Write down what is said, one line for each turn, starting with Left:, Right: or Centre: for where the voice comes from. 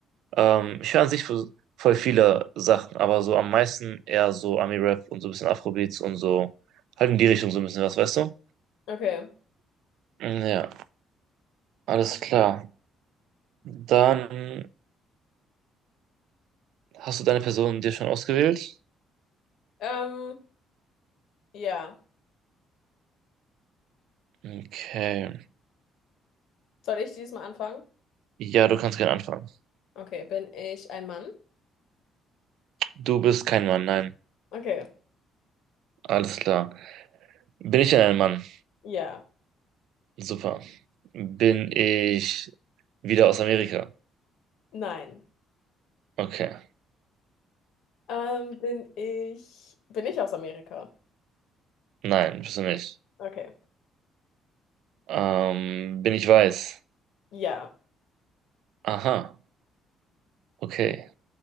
Right: Ähm, ich höre an sich vo- voll viele Sachen, aber so am meisten eher so Ami-Rap und so ein bisschen Afrobeats und so halt in die Richtung so ein bisschen was, weißt du?
Left: Okay.
Right: Mm, Ja, alles klar. Dann hast du deine Person dir schon ausgewählt?
Left: Ähm, ja.
Right: Okay.
Left: Soll ich diesmal anfangen?
Right: Ja, du kannst gerne anfangen.
Left: Okay, bin ich ein Mann?
Right: Du bist kein Mann, nein.
Left: Okay.
Right: Alles klar. Bin ich denn ein Mann?
Left: Ja.
Right: Super. Bin ich wieder aus Amerika?
Left: Nein.
Right: Okay.
Left: Ähm, bin ich, bin ich aus Amerika?
Right: Nein, bist du nicht.
Left: Okay.
Right: Ähm, bin ich weiß?
Left: Ja,
Right: Aha. Okay.